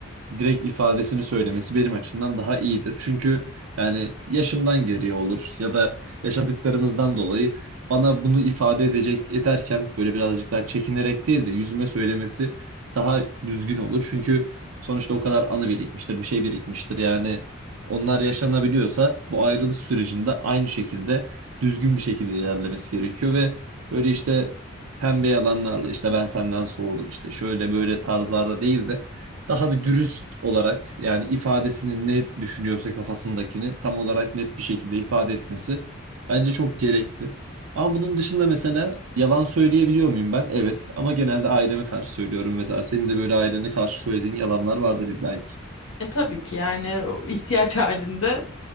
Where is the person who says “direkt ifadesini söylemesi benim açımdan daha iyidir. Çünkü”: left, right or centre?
Right